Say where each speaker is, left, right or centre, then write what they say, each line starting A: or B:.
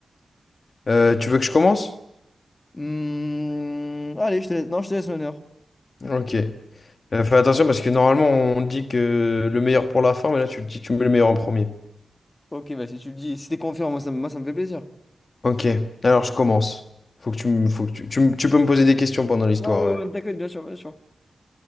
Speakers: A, on the left; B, on the left.
A: Euh, tu veux que je commence?
B: Hmm, Allez, je te laisse. Non, je te laisse l'honneur.
A: Ok. Euh, fais attention parce que normalement, on dit que le meilleur pour la fin, mais là, tu te dis, tu mets le meilleur en premier.
B: Ok, bah si tu le dis, si t'es confiant, moi ça, me- moi, ça me fait plaisir.
A: Ok, alors je commence. Faut que tu me, faut que tu, tu, me- tu peux me poser des questions pendant l'histoire.
B: Ouais, ouais,
A: ouais.
B: ouais, d'accord, bien sûr, bien sûr.